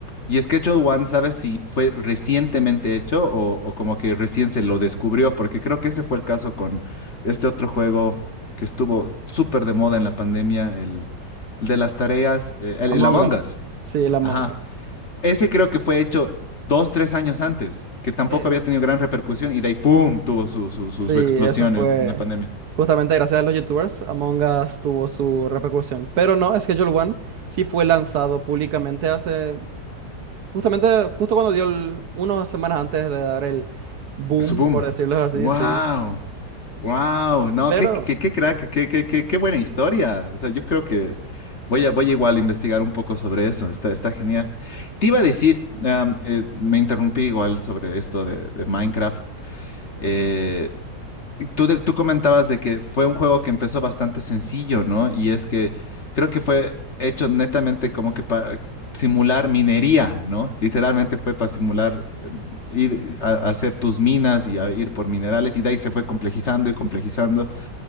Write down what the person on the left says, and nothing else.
y Schedule One, ¿sabes si fue recientemente hecho o, o como que recién se lo descubrió? Porque creo que ese fue el caso con este otro juego que estuvo súper de moda en la pandemia, el, el de las tareas, eh, el,
el Among
Us.
Ajá.
Ese creo que fue hecho dos, tres años antes, que tampoco
había tenido gran repercusión y de ahí, ¡pum!, tuvo su, su, su,
su
explosión
en en la pandemia.
Su boom.
Wow.
Wow. No,
qué, qué, qué crack, qué, qué, qué, qué buena historia. O sea, yo creo que voy a, voy a igual a investigar un poco sobre eso. Está, está genial. Te iba a decir, am, eh, me interrumpí igual sobre esto de, de Minecraft. Eh, Tú, de- tú comentabas de que fue un juego que empezó bastante sencillo, ¿no? Y es que creo que fue hecho netamente como que para simular minería, ¿no? Literalmente fue para simular eh, ir a, a hacer tus minas y a ir por minerales y de ahí se fue complejizando y complejizando.